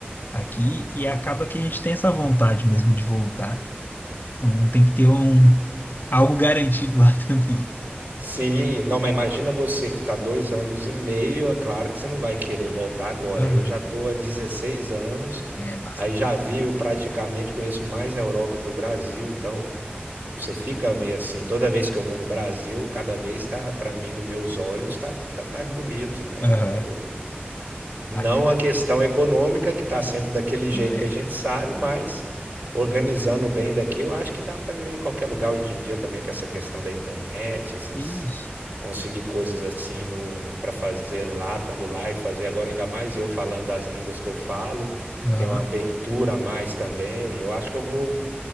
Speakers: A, on the left; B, on the right.
A: aqui e acaba que a gente tem essa vontade mesmo de voltar. Então tem que ter um algo garantido lá <laughs> também.
B: sim, não, mas imagina você que está dois anos e meio, é claro que você não vai querer voltar agora.
A: Aham.
B: Eu já estou há 16 anos,
A: É bastante.
B: aí já vi, eu praticamente conheço mais a Europa que o Brasil, então Você fica meio assim, toda vez que eu vou no Brasil, cada vez tá, para mim, nos meus olhos, tá, tá mais bonito, né?
A: Aham.
B: Então, não
A: A-
B: a questão econômica, que está sempre daquele jeito
A: É,
B: que a gente sabe, mas organizando bem daqui, eu acho que dá para viver em qualquer lugar hoje em dia também com essa questão da internet, essas
A: isso.
B: conseguir coisas assim no para fazer lá, estando lá e fazer agora ainda mais eu falando as línguas que eu falo,
A: Aham.
B: tem uma abertura a mais também. Eu acho que eu vou